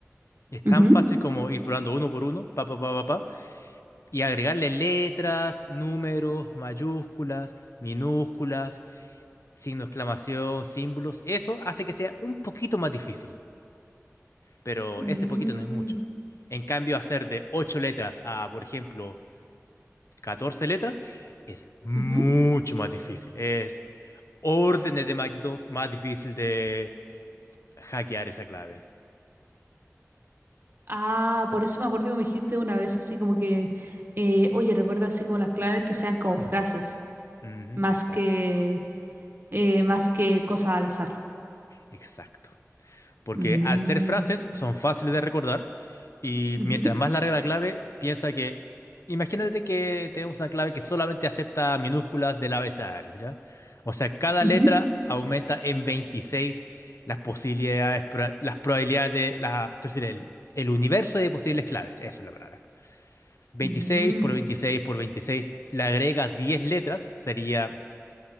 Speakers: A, on the left; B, on the right.
A: es tan
B: Ujú.
A: fácil como ir probando uno por uno, pa, pa, pa, pa, pa, y agregarle letras, números, mayúsculas, minúsculas, signo de exclamación, símbolos, eso hace que sea un poquito más difícil, pero
B: Mm,
A: ese poquito no es mucho. En cambio, hacer de 8 letras a, por ejemplo, 14 letras es mucho
B: ujú.
A: más difícil, es órdenes de magnitud más difícil de hackear esa clave.
B: Ah, por eso me acuerdo que me dijiste una vez así como que, eh, oye, recuerda así como las claves que sean como frases,
A: Ujú,
B: más
A: exacto,
B: que, eh, más que cosas al azar.
A: exacto. Porque
B: Mm,
A: al ser frases son fáciles de recordar y
B: ujú,
A: mientras más larga la clave, piensa que, imagínate que tenemos una clave que solamente acepta minúsculas del abecedario, ¿ya? O sea, cada
B: ujú,
A: letra aumenta en 26 las posibilidades, pro- las probabilidades de, la, es decir, el, el universo de posibles claves, eso es la palabra. 26
B: ujú.
A: por 26 por 26, le agrega 10 letras, sería